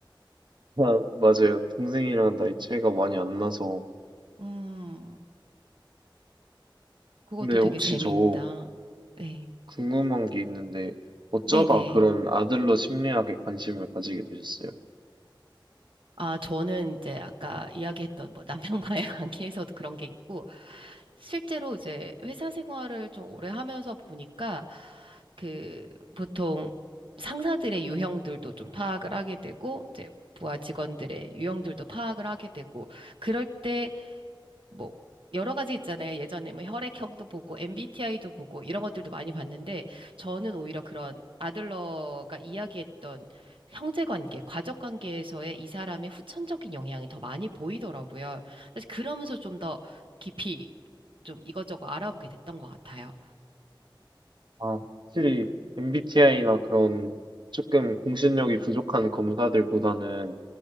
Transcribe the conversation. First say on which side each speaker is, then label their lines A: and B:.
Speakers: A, on the right; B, on the right.
A: 아, 맞아요. 동생이랑 나이 차이가 많이 안 나서.
B: 음, 그것도
A: 근데
B: 되게
A: 혹시
B: 재미있다.
A: 저
B: 네.
A: 궁금한 게 있는데 어쩌다
B: 네네.
A: 그런 아들로 심리학에 관심을 가지게 되셨어요?
B: 아, 저는 이제 아까 이야기했던 뭐 남편과의 <laughs> 관계에서도 그런 게 있고, 실제로 이제 회사 생활을 좀 오래 하면서 보니까 그 보통 상사들의 유형들도 좀 파악을 하게 되고 이제 부하 직원들의 유형들도 파악을 하게 되고 그럴 때 뭐 여러 가지 있잖아요. 예전에 뭐 혈액형도 보고 MBTI도 보고 이런 것들도 많이 봤는데 저는 오히려 그런 아들러가 이야기했던 형제 관계, 가족 관계에서의 이 사람의 후천적인 영향이 더 많이 보이더라고요. 사실 그러면서 좀 더 깊이 좀 이것저것 알아보게 됐던 것 같아요.
A: 아, 확실히 MBTI나 그런 조금 공신력이 부족한 검사들보다는